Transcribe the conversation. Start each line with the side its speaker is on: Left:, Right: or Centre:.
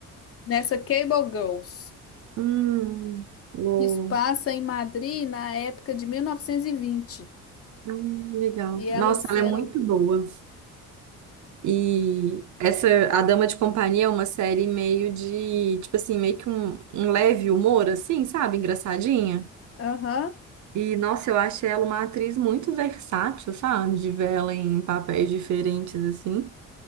Left: Nessa Cable Girls.
Right: Hum, uou.
Left: Isso passa em Madrid na época de 1920. E vinte.
Right: Hum, legal.
Left: E elas
Right: Nossa, ela
Left: eram,
Right: é muito boa. E essa A Dama de Companhia é uma série meio de, tipo assim, meio que um, um leve humor, assim, sabe? Engraçadinha.
Left: aham.
Right: E, nossa, eu acho ela uma atriz muito versátil, sabe? De ver ela em papéis diferentes, assim.